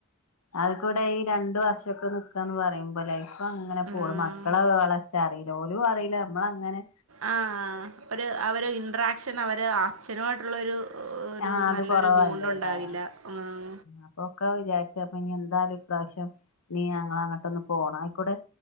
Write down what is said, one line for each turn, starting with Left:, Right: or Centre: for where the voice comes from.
Left: അത് കൂടെ ഈ രണ്ടു വർഷൊക്കെ ന്ന് പറയുമ്പോ ലൈഫ അങ്ങനെ
Right: ഉം
Left: പോടും മക്കളെ വളർച്ച അറിയില്ല ഓലും അറിയില്ല നമ്മള അങ്ങനെ
Right: ആ ഒരുര് അവര് ഇന്റ്രാക്ഷൻ അവര് അച്ഛനുമായിട്ടുള്ള ഒരു
Left: ആഹ അത്
Right: നല്ലൊരു
Left: കൊറവല്ലേ
Right: ബോണ്ട് ഉണ്ടാവില്ല
Left: ആ
Right: ഉം
Left: അത പൊക്കാ വിചാരിച്ചപ്പ ഇനി എന്തായാലും ഇപ്രാവശ്യം നീ ഞങ്ങ അങ്ങോട്ട ഒന്ന് പോണം ആയിക്കൂടെ